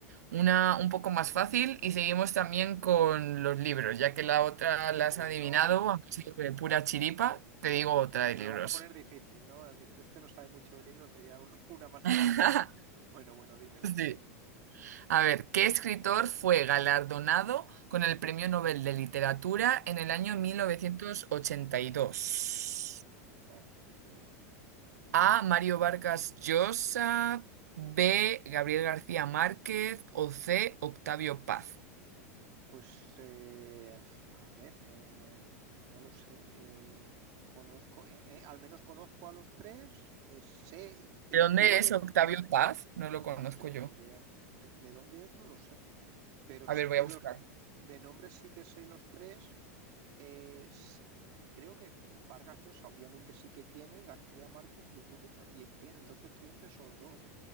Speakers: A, on the right; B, on the right.
A: una un poco más fácil y seguimos también con los libros, ya que la otra la
B: Bueno,
A: has adivinado, aunque sea de pura chiripa, te digo otra
B: ah,
A: de
B: me
A: libros.
B: lo vas a poner difícil, ¿no? Has dicho, este no sabe mucho de libros, le voy a dar un- <laughs> una más
A: <laughs>
B: de libros. Bueno, bueno, dime, dime.
A: Sí. A ver, ¿qué escritor fue galardonado con el Premio Nobel de Literatura en el
B: Buah,
A: año 1982?
B: ok.
A: A. Mario Vargas Llosa, B. Gabriel García Márquez o C. Octavio Paz.
B: Pues, eh, a ver, eh, no, no lo sé. eh, conozco, eh, eh, al menos conozco a los tres, eh, sé y cre-
A: ¿De dónde
B: quiero... re-
A: es Octavio Paz? No lo conozco
B: No, no tengo
A: yo.
B: ni idea. ¿De, de dónde es? No lo sé. pero
A: A
B: sí
A: ver, voy
B: que
A: a buscar.
B: los de nombres sí que sé los tres. eh, s- creo que Vargas Llosa obviamente sí que tiene y García Márquez yo creo que también tiene. Entonces estoy entre esos dos.